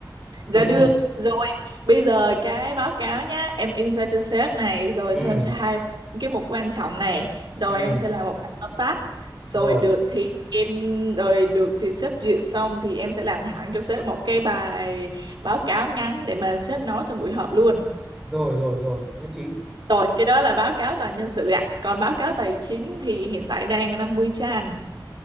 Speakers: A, on the right (about 70°); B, in the centre.
A: Dạ
B: được
A: được.
B: không
A: Bây giờ cái báo cáo nhá, em in ra cho sếp này, rồi
B: ừ
A: cho em sai cái mục quan trọng này, rồi
B: ừ
A: em sẽ làm một bản tóm tắt, rồi
B: rồi
A: được thì em, rồi được thì sếp duyệt xong thì em sẽ làm hẳn cho sếp một cái bài báo cáo ngắn để mà sếp nói trong buổi họp luôn.
B: rồi rồi rồi nhất trí
A: Rồi, cái đó là báo cáo toàn nhân sự ạ. Còn báo cáo tài chính thì hiện tại đang ở năm mươi trang.